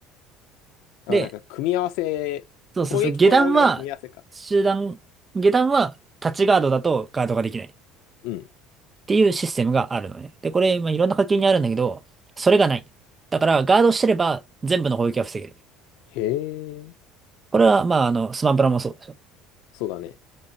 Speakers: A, on the left; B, on the right.
A: あなんか、
B: で、
A: 組み合わせ、
B: そうそうそう、
A: 攻撃と防衛の組み合わせか。
B: 下段は、中段、下段は、立ちガードだとガードができない。
A: うん。
B: っていうシステムがあるのね。で、これ、まあ、いろんな課金にあるんだけど、それがない。だから、ガードしてれば全部の攻撃は防げる。
A: へえ、
B: これは、まあ、あの、スマブラもそうですよ。
A: そうだね。